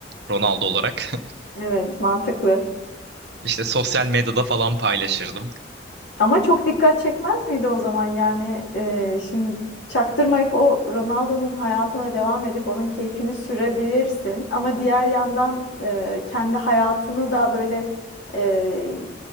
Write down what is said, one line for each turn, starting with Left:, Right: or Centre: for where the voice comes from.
Right: Ronaldo olarak.
Left: Evet mantıklı.
Right: <laughs> İşte sosyal medyada falan paylaşırdım.
Left: Ama çok dikkat çekmez miydi o zaman yani e, şimdi çaktırmayıp o Ronaldo'nun hayatına devam edip onun keyfini sürebilirsin ama diğer yandan e, kendi hayatını da böyle e,